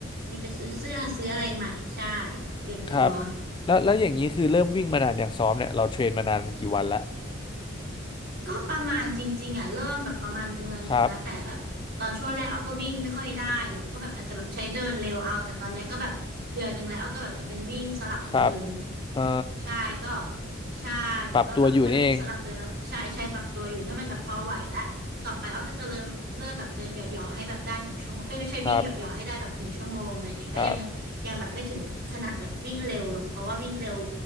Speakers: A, on the right; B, on the left.
A: มีไปซื้อเสื้อซื้ออะไรใหม่ใช่เตรียมตัว
B: ครับแล้วแล้ว อย่างนี้ คือ เริ่ม วิ่ง มานาน อย่างซ้อม เนี่ย เราเทรนมานาน กี่ วันละ
A: ก็ประมาณจริงๆอ่ะเริ่มแบบประมาณเดือนหนึ่งนะแต่แบบตอนช่วงแรกเอาก็วิ่งไม่ค่อยได้หรอกก็แบบอาจจะแบบใช้เดินเร็วเอาแต่ตอนเนี้ยก็แบบเดือนหนึ่งแล้วเอาก็แบบจะเป็นวิ่งสลับเดิน
B: ครับ ครับเอ่อ
A: ใช่ก็ใช่แล้วก็แบบถ้าวิ่งสลับเดินแล้วใช่ใช่ปรับตัวอยู่ถ้ามันแบบพอไหวแล้วต่อไปอ้อก็จะเริ่มเริ่มแบบเดินเหยาะๆให้แบบได้หนึ่งชั่วโมงเอ้ยไม่ใช่วิ่งเหยาะๆให้ได้แบบหนึ่งชั่วโมงอะไรอย่างเงี้ยก็ยัง
B: ปรับ ตัว อยู่ นี่เอง ครับ ครับ
A: ยังแบบไม่ถึงขนาดแบบวิ่งเร็วหรอกเพราะว่าวิ่งเร็ว